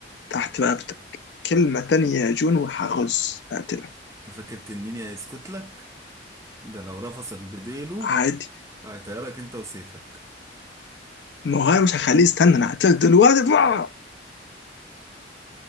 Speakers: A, on the left (about 70°); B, on the right (about 15°).
A: تحت رقبتك كلمة تانية يا جون وهغز هقتلك
B: انت فاكر تنيني هيسكت لك ده لو رفسك بديله
A: عادي
B: هيطيرك انت وسيفك
A: ما هو أنا مش هخليه يستنى انا هقتلك دلوقتي بقى.